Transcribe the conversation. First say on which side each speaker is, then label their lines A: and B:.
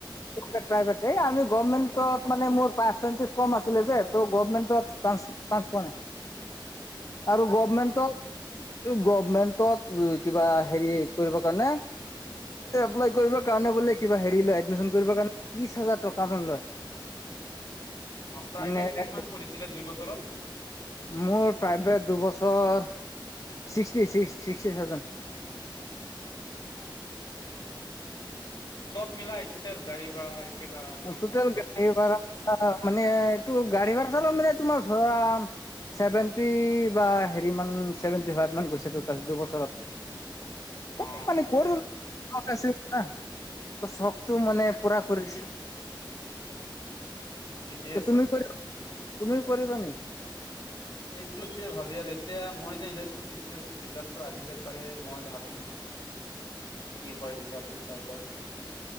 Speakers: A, on the left; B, on the left.
A: তোক এটা বেতে আমি গমেণ্টত মানে মোৰ পাৰ্চেণ্টেজ কম আছিলে যে ত গভমেণ্টত টানছ চান্স পোৱা নাই।
B: <inaudible>
A: আৰু গভমেণ্টত ইউব গভমেন্টত কিবা হেৰি কৰিব কানে এপ্লাই কৰিব কাৰণে বোলে কিবা হেৰি লয় এডমিশ্যন কৰিব কাৰণে ত্ৰিশ হাজাৰ টকা মান লয়।
B: অ প্ৰাইভেট
A: মানে
B: কিমান পঢ়িছিলে দুই বছৰত?
A: মোৰ প্ৰাইমেট দুবছৰ ছিক্সটি ছিক্স ছিক্সটি থাউজেণ্ড।
B: অ চব মিলাই টুটেল গাড়ী বা এইকেইটা গ্ৰম
A: টুটেল
B: চব
A: গাড়ী
B: মিলাই
A: ভড়া মানে এইটো গাড়ী ভাড়া চাড়া মানে তোমাৰ ধৰা চছেভেণ্টি বা হেৰি মান চেভেণ্টি ফাইভ মান গৈছেো দুবছৰত। তাকে
B: অ
A: মানে <unintelligible> শকটো মানে পুৰা কৰি দিলোঁ।
B: <unintelligible> ঠিকেই
A: এ
B: আছে
A: তুমি <unintelligible> তুমি কৰিবা নেকি?
B: এইটোতে ভাবি আৰ এতিয়া মই যে ইণ্ডাজটো দিছিলো এইটো ৰিজাল্টটো আহিলে চাগে মই ভাবিম। কি হয় ৰিজাল্টটো চাই ল।